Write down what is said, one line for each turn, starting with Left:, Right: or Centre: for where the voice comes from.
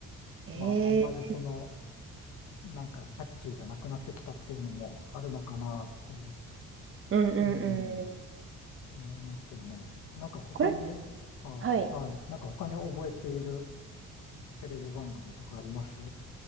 Right: ー、
Left: まああんまりその、
Right: ええ
Left: なんかキャッチーじゃなくなってきたっていうのもあるのかなって、
Right: うんうんうん。
Left: うん、思いますよね。なんか他に、
Right: これ、
Left: あー、
Right: はい。
Left: はい。なんか他に覚えているテレビ番組とかあります